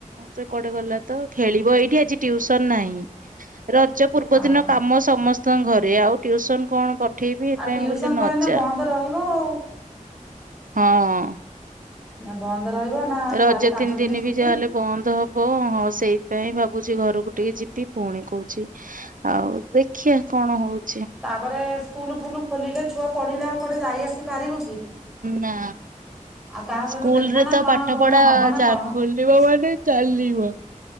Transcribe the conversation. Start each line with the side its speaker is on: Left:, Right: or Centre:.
Right: ସେ କଆଡେ ଗଲା ତ ଖେଳିବ ଏଇଠି ଆଜି ଟୁଇସନ ନାହିଁ। ରଜ ପୂର୍ବଦିନ
Centre: ଓହୋ
Right: କାମ ସମସ୍ତଙ୍କ ଘରେ ଆଉ ଟୁଇସନ କଣ? ପଠେଇବି ଏଥିପାଇଁ
Centre: ଆଉ
Right: ମୁଁ
Centre: ଉସନ
Right: କହିଲି
Centre: ତ
Right: ନଯା।
Centre: ଏଇନା ବନ୍ଦ ରହିବ ଆଉ।
Right: ହଁ
Centre: ମ ବନ୍ଦ ରହିବ ନା
Right: ରଜ
Centre: ଚାରି ପାଞ୍ଚ
Right: ତିନି ଦିନ
Centre: ଛୁଟି
Right: ବି ଯାହାହେଲେ ବନ୍ଦ ହବ ହଁ ସେଇପାଇଁ ଭାବୁଛି ଘରକୁ ଟିକେ ଯିବି ପୁଣି କହୁଛି ଆଉ ଦେଖିବା କଣ ହଉଛି?
Centre: ତାପରେ ସ୍କୁଲ ଫୁଲ ଖୋଲିଲେ ଛୁଆ ପଢିଲେ ଆଉ କୋଟେ ଯାଇ ଆସି ପାରିବୁ କି?
Right: ନା
Centre: ଆଉ କାହା ସହିତ
Right: ସ୍କୁଲରେ
Centre: ଦେଖା ନା
Right: ତ
Centre: କଣ
Right: ପାଠ
Centre: କଉଦିନ
Right: ପଢା
Centre: ହବ ନା କଣ
Right: ଖୋଲିବ
Centre: କିଛି
Right: ମାନେ ଚାଲିବ